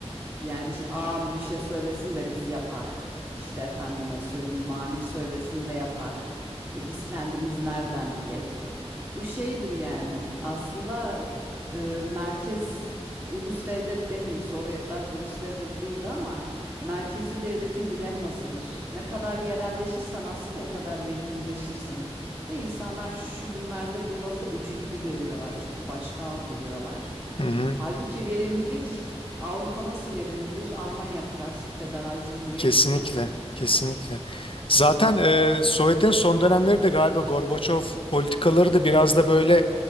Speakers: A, on the right; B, on the left.
A: Yani şimdi ağam bir şey söylesin de biz yapak. İşte efendime söyleyeyim amir söylesin de yapak. İşte biz kendimiz nereden bilek? Bu şeydir yani aslında e, merkez ulus devlet demeyeyim Sovyetler bir ulus devlet değildi ama merkezi devletin dilemmasıdır. Ne kadar yerelleşirsen aslında o kadar verimlileşirsin. De insanlar şu günlerde bu lafı öcü gibi görüyorlar çok başka algılıyorlar.
B: hı. hı.
A: Halbuki verimlilik Avrupa nasıl verimlidir? Almanya bakarsın federal cumhuriyettir
B: Kesinlikle.
A: yani.
B: Kesinlikle. Zaten e, Sovyetlerin son dönemleri de galiba Gorbaçov politikaları da biraz da böyle